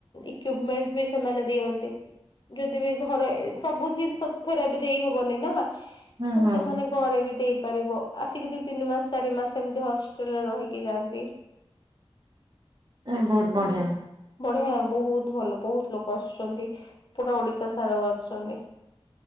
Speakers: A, on the left; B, on the right.
A: ଇକ୍ୟୁପମେଣ୍ଟ ବି ସେମାନେ ଦିଅନ୍ତି। ଯଦି ବି ଘରେ ସବୁ ଜିନିଷ ଥେରାପି ଦେଇ ହବନି ନା ତ
B: ହୁଁ ହୁଁ
A: ସେମାନେ ଘରେ ବି ଦେଇପାରିବ ଆସିକି ଦି ତିନି ମାସ ଚାରି ମାସ ଏମିତି ହଷ୍ଟେଲରେ ରହିକି ଯାଆନ୍ତି। <inaudible>
B: ଏ ବହୁତ ବଢିଆ
A: ବଢିଆ ବହୁତ୍ ଭଲ ବହୁତୁ ଲୋକ ଆସୁଛନ୍ତି। ପୁରା ଓଡିଶା ସାରା ରୁ ଆସୁଛନ୍ତି।